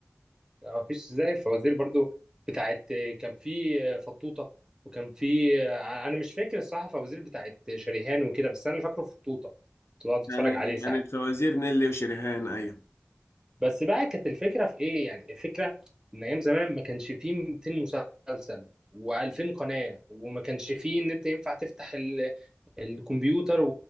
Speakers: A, on the right; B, on the left.
A: ما فيش زي الفوازير برضو بتاعت آه، كان في آه، فطوطة وكان في آه، انا مش فاكر الصراحة فوازير بتاعت شريهان وكده بس انا اللي فاكره فطوطة كنت بقعد اتفرج
B: كانت
A: عليه ساعات
B: كانت فوازير نيلي وشريهان ايوه
A: بس بقى كانت الفكرة في ايه يعني الفكرة ان ايام زمان ما كانش فيه 200 مسلسل و2000 قناة وما كانش فيه ان انت ينفع تفتح ال... الكمبيوتر و...